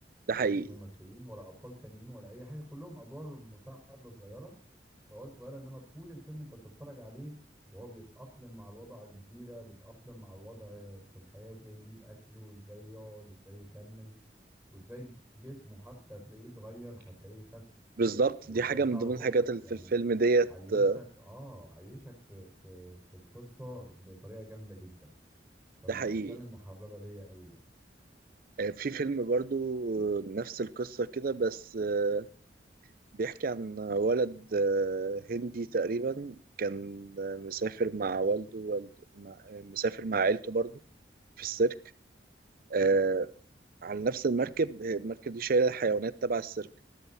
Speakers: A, on the right; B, in the centre.
A: ده
B: مفيش
A: حقيقي
B: ممثلين ولا ابطال تانيين ولا اي حاجه كلهم ادوار مساعده صغيره فوات صغيره انما طول الفيلم انت بتتفرج عليه وهو بيتاقلم مع الوضع على الجزيره بيتاقلم مع الوضع في الحياه ازاي يجيب اكله ازاي يقعد ازاي يكمل وازاي جسمه حتى هتلاقيه اتغير هتلاقيه خس
A: بالظبط
B: وتلاقي
A: دي حاجة
B: شعره
A: من ضمن
B: طول
A: الحاجات اللي
B: يعني
A: في الفيلم ديت
B: عايشك
A: آه،
B: اه عايشك في في في القصه بطريقه جامده جدا فمن
A: ده حقيقي
B: الافلام المحببه ليا قوي يعني
A: آه، في فيلم برضو آه، نفس القصة كده بس آه، بيحكي عن ولد آه، هندي تقريبا كان آه، مسافر مع والده والد... مع... آه، مسافر مع عيلته برضو في السيرك آه على نفس المركب آه، المركب دي شايلة حيوانات تبع السيرك